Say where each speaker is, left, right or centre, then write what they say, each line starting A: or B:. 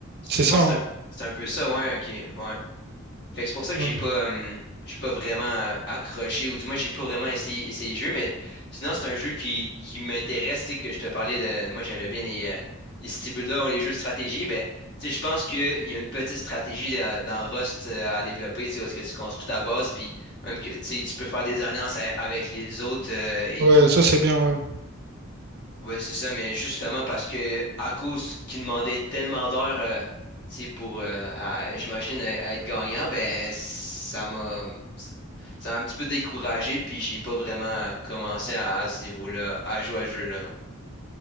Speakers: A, on the right (about 50°); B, on the left (about 50°).
A: C'est
B: je
A: ça,
B: pense
A: hein.
B: que c'est un, c'est un peu ça, ouais, ok. Ouais. Fait que c'est pour ça que
A: Ouais.
B: j'ai pas, euh, j'ai pas vraiment euh, accroché, ou du moins j'ai pas vraiment essayé, essayé le jeu, mais sinon c'est un jeu qui, qui m'intéresse, tu sais, que je te parlais de. Moi j'aimais bien les, euh, les city builders ou les jeux de stratégie. Ben, tu sais, je pense qu'il y a une petite stratégie dans, dans Rust euh, à développer, tu sais, où est-ce que tu construis ta base, puis même que tu sais, tu peux faire des alliances a- avec les autres euh, et
A: Ouais,
B: tout.
A: ça c'est bien, ouais.
B: Oui, c'est ça, mais justement parce que à cause qu'ils demandaient tellement d'heures euh, tu sais, pour euh, à- j'imagine à- à être gagnant, ben ça m'a ça ça m'a un petit peu découragé, puis j'ai pas vraiment commencé à, à ce niveau-là, à jouer à ce jeu-là, non.